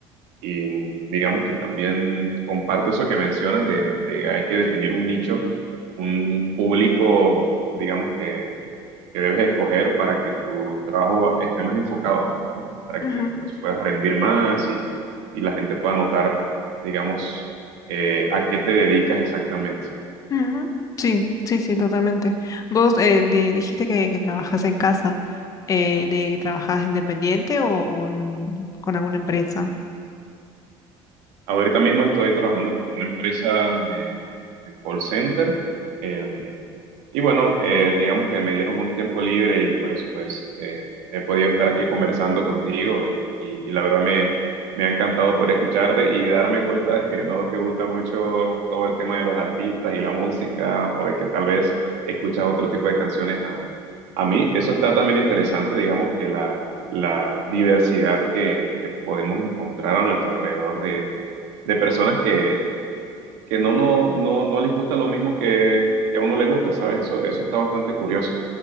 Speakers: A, on the right (about 80°); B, on the left (about 30°).
A: y digamos que también comparto eso que mencionas de, de hay que definir un nicho, un público, digamos que, que debes escoger para que tu trabajo va- esté más enfocado, ¿no? Para
B: ujú,
A: que pues puedas rendir más y, y la gente pueda notar, digamos, eh, a qué te dedicas exactamente.
B: ujú. Sí, sí, sí, totalmente. Vos eh, di- dijiste que, que trabajas en casa, eh, de, ¿trabajas independiente o, o en- con alguna empresa?
A: Ahorita mismo estoy trabajando para una empresa de, de call center. em, y bueno, eh, digamos que me dieron un tiempo libre y por eso pues eh, he podido estar aquí conversando contigo eh, y, y la verdad me, me ha encantado poder escucharte y darme cuenta de que no te gusta mucho todo el tema de los artistas y la música o de que tal vez escuchas otro tipo de canciones a, a mí. Eso está también interesante, digamos que la... la diversidad que, que podemos encontrar a nuestro alrededor de personas que, que no, no, no, no les gusta lo mismo que, que a uno le gusta, ¿sabes? Eso, eso está bastante curioso.